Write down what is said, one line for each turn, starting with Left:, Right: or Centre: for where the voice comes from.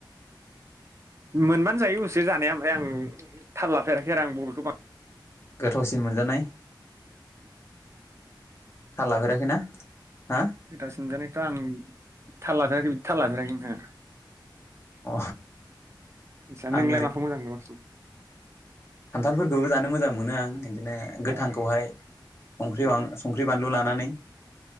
Right: मोनबानो जायो उबसे जानाया ओमफ्राय आं थाल लाफेराखै आरो आं बबेखौ बां
Left: गोथावसिन मोनजानाय थाल लाफेराखैना? हा
Right: गोथावसिन मोनजानायखौथ आं थाल लाफेराखै बिदि थाल लाफेराखै नोंथां।
Left: अ
Right: आदसा
Left: आं
Right: नोंलाय माखौ मोजां मोनो बांसिन?
Left: खानथालफोरखौबो जानो मोजां मोनो आं। बिदिनो गोथांखौहाय
Right: औ
Left: संख्रि
Right: उम
Left: संख्रि बानलु लानानै